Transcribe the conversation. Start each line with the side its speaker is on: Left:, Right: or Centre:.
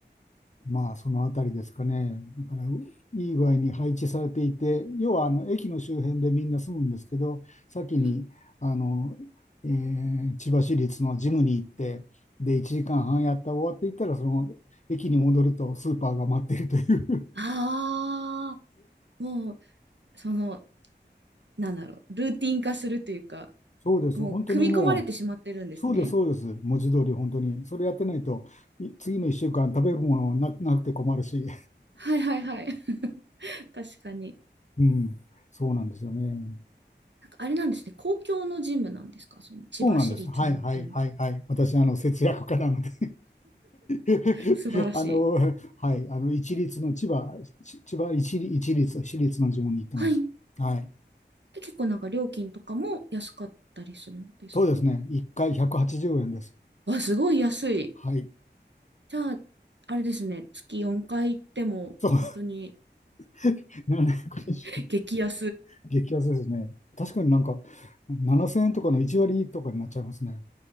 Left: まあ、そのあたりですかね。だから、ういい具合に配置されていて、要はあの駅の周辺でみんな住むんですけど、先にあの、
Right: い。
Left: えー千葉市立のジムに行って、で、1時間半やった終わっていったら、その駅に戻るとスーパーが待っているという
Right: ああ、もう、その、なんだろう、ルーティン化するというか、
Left: <laughs> そうです。
Right: もう、
Left: 本当にもう、
Right: 組み込まれてしまってるんですね。
Left: そうです、そうです。文字通り、本当に。それやってないと、い次の1週間食べるものな、なくて困るし、
Right: はいはいはい。<laughs> 確かに。
Left: <laughs> うん、そうなんですよね。
Right: なんかあれなんですね、公共のジムなんですかその千葉市立のっていう。
Left: そうなんです。はいはいはいはい。私、あの、節約家なので <laughs>
Right: 素晴らしい。
Left: あの、はい、あの、一律の千葉、ち千葉一律、一律、私立の地方に行ってます。
Right: はい。
Left: はい。
Right: え結構なんか料金とかも安かったりするんですか
Left: そうですね。1回180円です。
Right: わ、すごい安い。
Left: はい。
Right: じゃあ、あれですね、月4回行っても、
Left: そう、
Right: 本当に
Left: <laughs> 720
Right: <laughs> 激安。
Left: 激安ですね。確かになんか、7000円とかの1割とかになっちゃいますね。